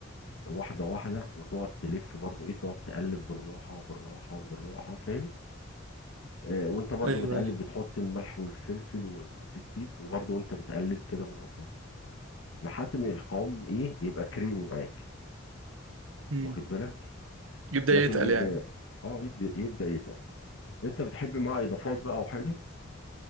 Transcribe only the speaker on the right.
ايوه
ايوه
مم.
يبدأ
يتقل
يعني